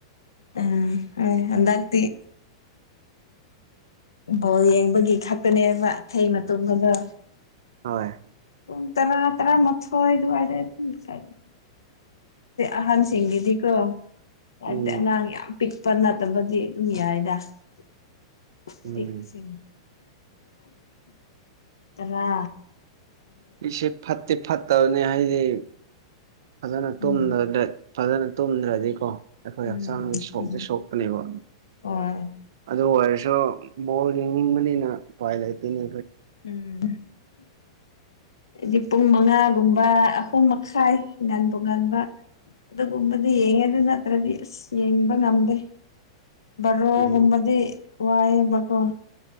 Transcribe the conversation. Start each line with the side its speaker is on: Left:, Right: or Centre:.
Left: ꯑꯝ ꯑꯗꯥꯛ ꯕꯣꯜ ꯌꯦꯡꯕꯒꯤ ꯈꯛꯇꯅꯦꯕꯊ ꯃꯇꯕꯗ
Right: ꯍꯣꯏ
Left: ꯎ ꯇꯔꯥ ꯇꯔ ꯃꯊ ꯏ ꯀ ꯑꯍꯟꯁꯤꯡꯒꯤꯗꯤꯀꯣꯗꯤ
Right: ꯎꯝ
Left: ꯑꯉꯥꯡ ꯌꯥꯝ ꯄꯤꯛ ꯄꯅ ꯇꯝꯕꯗꯤ ꯑꯗꯨꯝ ꯌꯥꯏꯗ ꯁꯤ
Right: ꯎꯝ
Left: ꯎ ꯔꯥ
Right: ꯄꯁꯦ ꯐꯠꯇꯦ ꯐꯠꯇꯕꯅꯦ ꯍꯥꯏꯗꯤ ꯐꯖꯅ
Left: ꯎꯝ
Right: ꯐꯖꯅ ꯇꯨꯝꯗ꯭ꯔꯗꯤꯀꯣ ꯑꯩꯈꯣꯏ
Left: ꯎꯝ
Right: ꯍꯛꯆꯥꯡꯁ ꯁꯣꯛꯁꯦ ꯁꯣꯛꯄꯅꯦꯕ
Left: ꯍꯣꯏ
Right: ꯑꯗꯨ ꯑꯣꯏꯔꯁꯨ ꯣ ꯣꯜ ꯌꯦꯡꯕꯅꯤꯅ ꯄꯥꯏ ꯂꯩꯇꯅꯤ
Left: ꯎꯝ ꯍꯥꯏꯗꯤ ꯄꯨꯡ ꯃꯉꯥꯒꯨꯝꯕ ꯑꯍꯨꯝ ꯃꯈꯥꯏ ꯉꯥꯟꯕꯣꯉꯥꯟꯕ ꯑꯗꯨꯒꯨꯝꯕꯗꯤ ꯌꯦꯡꯉꯦ ꯑꯗꯨ ꯅꯠꯇ꯭ꯔꯗꯤ ꯑꯁ ꯌꯦꯡꯕ ꯉꯝꯗꯦ ꯔꯣ
Right: ꯎꯝ
Left: ꯝꯕꯗꯤ ꯋꯥꯏꯦꯕꯒꯣ